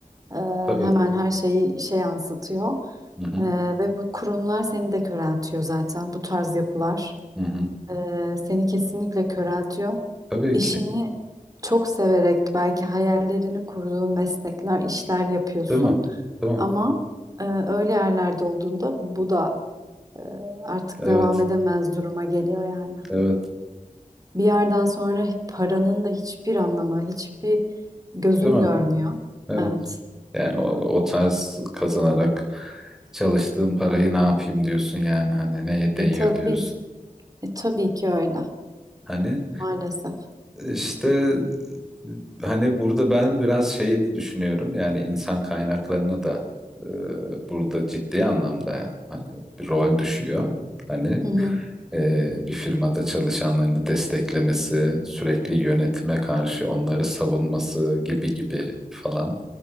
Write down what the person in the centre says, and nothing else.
tabii.
Hı hı,
hı hı.
Tabii
ki.
Değil mi? Değil mi?
Evet,
evet.
Değil mi?
Evet.
Yani o, o tarz kazanarak çalıştığın parayı ne yapayım diyorsun yani hani neye değiyor
diyorsun.
Hani
işte hani burada ben biraz şeyi de düşünüyorum yani insan kaynaklarına da e, burada ciddi anlamda hani bir rol düşüyor. Hani
e, bir firmada çalışanlarını desteklemesi, sürekli yönetime karşı onları savunması gibi gibi falan.